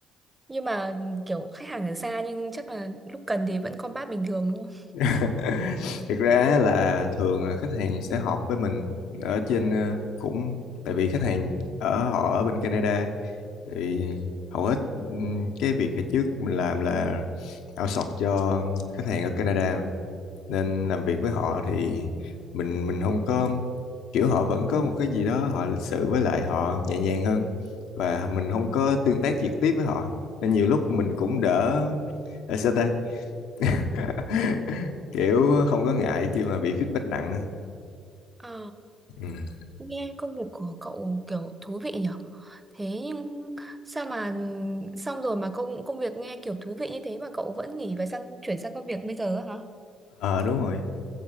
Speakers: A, on the right; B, on the left.
A: nhưng mà kiểu khách hàng ở xa nhưng chắc là lúc cần thì vẫn combat bình thường đúng không?
B: <laughs> thực ra là thường là khách hàng sẽ họp với mình ở trên ờ, cũng tại vì khách hàng ở họ ở bên Canada tại vì hầu hết ừm, cái việc hồi trước mình làm là outsource cho khách hàng ở Canada mà. nên làm việc với họ thì mình mình không có kiểu họ vẫn có một cái gì đó họ lịch sự với lại họ nhẹ nhàng hơn và mình không có tương tác trực tiếp với họ nên nhiều lúc mình cũng đỡ để sao ta <laughs> kiểu không có ngại khi mà bị feedback nặng
A: Ờ
B: ừ.
A: Nghe công việc của cậu kiểu thú vị nhở Thế nhưng sao mà xong rồi mà công công việc nghe kiểu thú vị như thế mà cậu vẫn nghỉ và sang chuyển sang công việc bây giờ á hả?
B: ờ đúng rồi